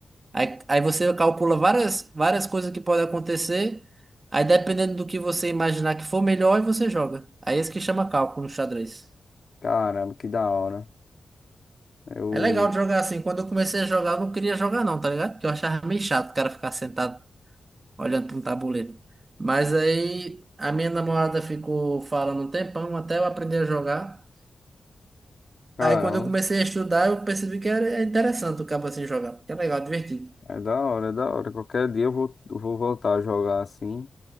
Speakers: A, on the right (about 30°); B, on the left (about 45°).
A: Aí, aí você calcula várias, várias coisas que podem acontecer. Aí dependendo do que você imaginar que for melhor, aí você joga. Aí é isso que chama cálculo no xadrez.
B: Caramba, que da hora. Eu.
A: É legal de jogar assim. Quando eu comecei a jogar, eu não queria jogar não, tá ligado? Porque eu achava meio chato o cara ficar sentado olhando para um tabuleiro. Mas aí a minha namorada ficou falando um tempão até eu aprender a jogar.
B: Caramba,
A: Aí quando eu comecei a estudar, eu percebi que era é interessante o cabo assim jogar. Que é legal, divertido.
B: é da hora, é da hora. Qualquer dia eu vou, eu vou voltar a jogar assim.